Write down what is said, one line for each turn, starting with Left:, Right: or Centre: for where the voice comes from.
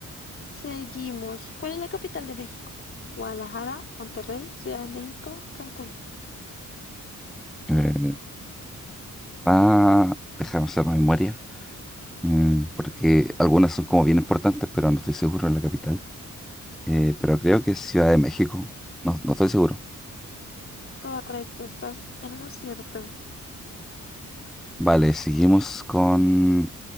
Left: Seguimos. ¿Cuál es la capital de México? Guadalajara, Monterrey, Ciudad de México, Cancún.
Centre: Eh, Ah, déjame hacer más memoria, mm, porque algunas son como bien importantes, pero no estoy seguro en la capital. Eh, pero creo que es Ciudad de México. No, no estoy seguro.
Left: Correcto, estás en lo cierto.
Centre: Vale, seguimos con